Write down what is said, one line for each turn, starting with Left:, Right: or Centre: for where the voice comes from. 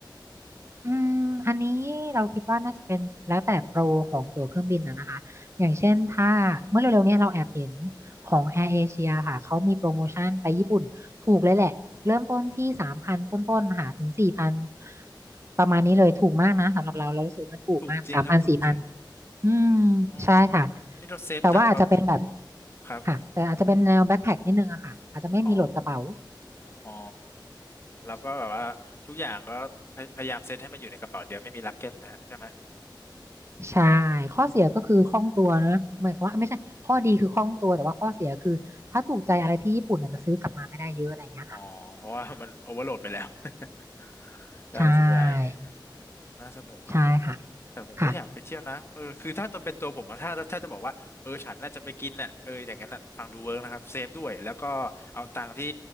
Right: อืมอันนี้เราคิดว่าน่าจะเป็นแล้วแต่โปรของตั๋วเครื่องบินนะนะคะ อย่างเช่นถ้าเมื่อเร็วๆเนี้เราแอบเห็นของ Air Asia ค่ะ เขามีโปรโมชั่นไปญี่ปุ่นถูกเลยแหละเริ่มต้นที่สามพันต้นๆค่ะถึงสี่พันประมาณนี้เลยถูกมากนะสำหรับเราเรารู้สึกว่ามันถูกมากสามพันสี่พัน
Left: อืมถูกจริงครับถูกจริง
Right: อืม
Left: อ๋อ
Right: ใช่ค่ะ
Left: นี่เราเซฟตังค์แบบ
Right: แต่ว่าอาจจะเป็นแบบ
Left: ครับ
Right: ค่ะแต่อาจจะเป็นแนวแบ็คแพ็คนิดนึงอะค่ะอาจจะไม่มีโหลดกระเป๋า
Left: อ๋อ อ๋อ แล้วก็แบบว่าทุกอย่างก็พยพยายามเซตให้มันอยู่ในกระเป๋าเดียวไม่มีลักเก็ตนะฮะใช่ไหม
Right: ใช่
Left: อืม
Right: ข้อเสียก็คือคล่องตัวนะหมายความว่าไม่ใช่ ข้อดีคือคล่องตัวแต่ว่าข้อเสียคือถ้าถูกใจอะไรที่ญี่ปุ่นอาจจะซื้อกลับมาไม่ได้เยอะอะไรอย่างเงี้ยค่ะ
Left: อ๋อ เพราะว่ามันโอเวอร์โหลดไปแล้ว <laughs> ได้ส่วนใหญ่อืม
Right: ใช่
Left: น่าสนุกครับผม
Right: ใช่ค่ะ
Left: แต่ผมก็อยากไปเที่ยวนะเออคือถ้าตัวเป็นตัวผมอะถ้าถ้าจะบอกว่า
Right: ค่ะ
Left: เออฉันน่าจะไปกินน่ะเอออย่างนั้นน่ะฟังดูเวิร์กนะครับ เซฟด้วยแล้วก็เอาตังค์ที่